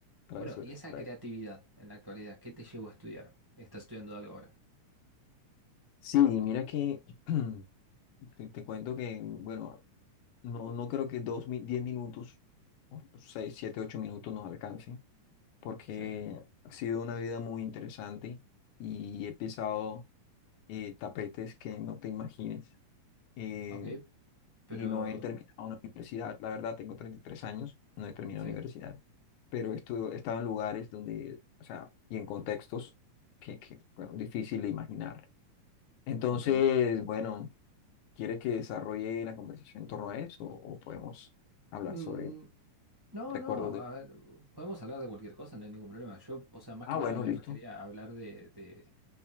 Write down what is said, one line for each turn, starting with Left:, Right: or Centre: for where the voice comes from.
Left: travesura,
Right: Bueno, y esa
Left: travesura.
Right: creatividad en la actualidad, ¿qué te llevó a estudiar? Estás estudiando algo ahora.
Left: Sí, mira que <clears throat> te, te cuento que, bueno, no, no creo que dos, mi- diez minutos, o seis, siete, ocho minutos nos alcancen, porque
Right: Sí,
Left: ha sido una vida muy interesante y he pisado eh, tapetes que no te imagines. Eh,
Right: ok, pero
Left: y no he terminado una universidad. La verdad, tengo 33 años, no he terminado
Right: sí,
Left: universidad, pero estu- he estado en lugares donde, o sea, y en contextos que, que bueno, difícil de imaginar. Entonces,
Right: ok.
Left: bueno, ¿quieres que desarrolle la conversación en torno a eso o podemos hablar
Right: Mm,
Left: sobre
Right: no,
Left: recuerdos
Right: no,
Left: de...
Right: a ver, podemos hablar de cualquier cosa, no hay ningún problema. Yo, o sea, más
Left: Ah,
Right: que
Left: bueno,
Right: nada me
Left: listo.
Right: refería a hablar de, de,